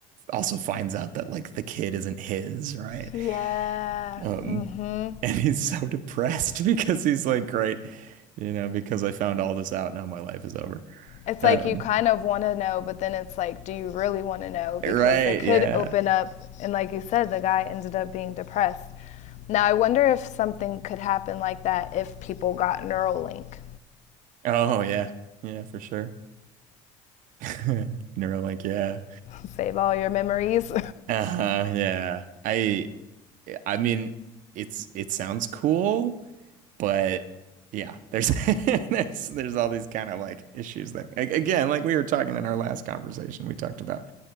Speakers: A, on the right (about 65°); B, on the left (about 55°).
A: also finds out that like the kid isn't his, right?
B: Yeah.
A: Um,
B: Mm-hmm.
A: <laughs> and he's so depressed <laughs> because he's like, great, you know, because I found all this out, now my life is over.
B: It's
A: Um,
B: like you kind of want to know, but then it's like, do you really want to know?
A: right,
B: Because it could
A: yeah.
B: open up, and like you said, the guy ended up being depressed. Now I wonder if something could happen like that if people got Neuralink.
A: Oh, yeah. Yeah, for sure. <laughs> Neuro like, yeah.
B: <laughs> Save all your memories.
A: Uh-huh, yeah. I I mean, it's it sounds cool. but yeah, there's <laughs> there's there's all these kind of like issues that again, like we were talking in our last conversation, we talked about